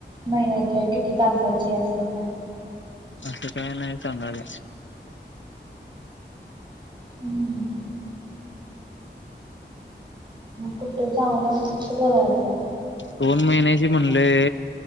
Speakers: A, on the right; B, on the left.
A: महिन्याचे किती तासाचे असो काय?
B: असं काय नाही सांगायला.
A: हम्म कुठं चांगलं होतं तिथं बघायचं.
B: दोन महिन्याची म्हणले